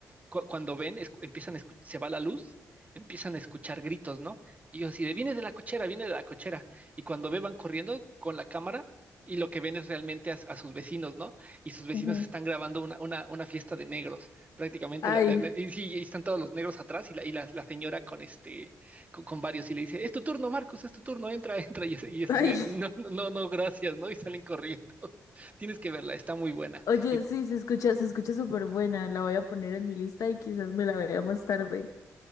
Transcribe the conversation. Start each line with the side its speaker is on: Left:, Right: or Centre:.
Right: cu- cuando ven, escu- empiezan a escu- se va la luz, empiezan a escuchar gritos, ¿no? Y yo así de, viene de la cochera, viene de la cochera. Y cuando ve, van corriendo con la cámara y lo que ven es realmente a, a sus vecinos, ¿no? Y sus vecinos
Left: Ujú.
Right: están grabando una, una, una fiesta de negros, prácticamente.
Left: ay,
Right: la- la- la- y sí, y están todos los negros atrás y la, y la, la señora con este, con, con varios y le dice, es tu turno, Marcus, es tu turno, entra, <laughs> entra. Y es, y es
Left: ay.
Right: así de, no, no, no, no, gracias, ¿no? Y salen corriendo. <laughs> Tienes que verla, está muy buena.
Left: Oye,
Right: Y,
Left: sí, se escucha, se escucha súper buena. La voy a poner en mi lista y quizás me la vea más tarde.